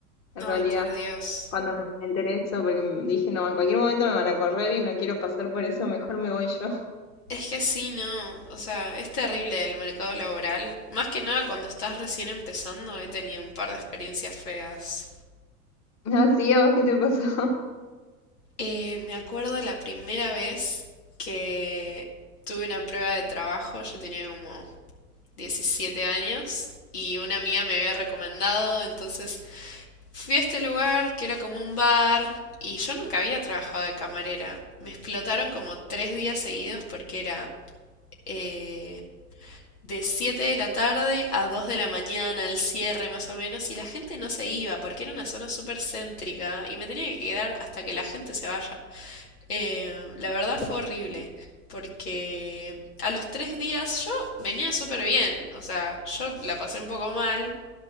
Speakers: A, on the left; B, on the left.
A: en
B: Ay,
A: realidad,
B: por Dios.
A: cuando me enteré eso, porque m- dije, no, en cualquier momento me van a correr y no quiero pasar por eso, mejor me voy yo.
B: Es que sí, no. O sea, es terrible el mercado laboral. Más que nada cuando estás recién empezando, he tenido un par de experiencias feas.
A: <laughs> Así, ¿a vos qué te pasó? <laughs>
B: Eh, me acuerdo la primera vez que tuve una prueba de trabajo, yo tenía como 17 años y una amiga me había recomendado, entonces fui a este lugar que era como un bar y yo nunca había trabajado de camarera. Me explotaron como tres días seguidos porque era eh, de 7 de la tarde a 2 de la mañana, al cierre más o menos, y la gente no se iba porque era una zona súper céntrica y me tenía que quedar hasta que la gente se vaya. Eh, la verdad fue horrible porque a los tres días yo venía súper bien, o sea, yo la pasé un poco mal,